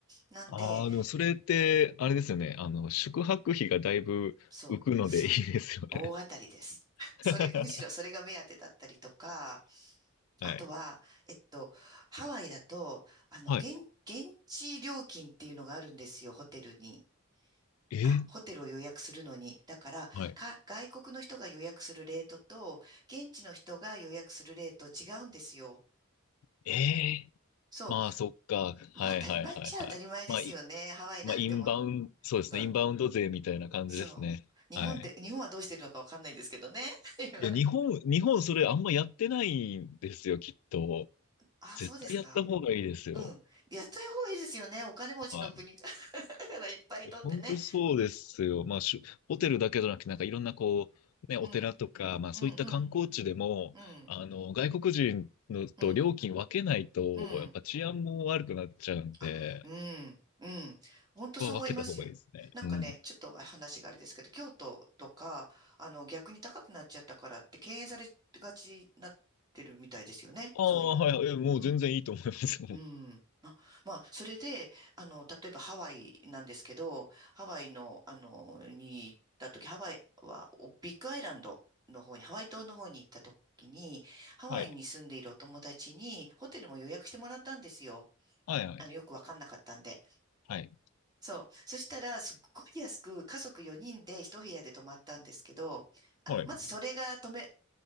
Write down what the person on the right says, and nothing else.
なんで、
そう、そう、大当たりです。<laughs>
それ、むしろそれが目当てだったりとか、
あとは、えっと、ハワイだと、あの、
現、現地料金っていうのがあるんですよ、ホテルに。
あ、ホテルを予約するのに。だから、
か、外国の人が予約するレートと、現地の人が予約するレート違うんですよ。
そ
う。
まあ、当たり前っちゃ当たり前ですよね。
ハワイなんてほん、
うん。
そう。日本で、
日本はどうしてるのかわかんないですけどね。<laughs> 今
あ、
そうですか。うん。やった方がいいですよね。お金持ちの国
<laughs> からいっぱい取ってね。
うん。
うんうん。うん、
うん、うん。
あ、うん、うん。本当そう思いますよ。
なんかね、
ちょっと話があれですけど、京都とか、あの、逆に高くなっちゃったからって敬遠されがちになってるみたいですよね。
そういう。
うん、
うん。あ、まあ、それで、あの、例えばハワイなんですけど、ハワイの、あの、に行った時、ハワイは、おビッグアイランドの方に、ハワイ島の方に行った時に、ハワイに住んでいるお友達に、
ホテルも予約してもらったんですよ。
あの、よくわかんなかったんで。
そう。そしたら、すっごい安く、家族4人で一部屋で泊まったんですけど、あ、
まずそれが止め、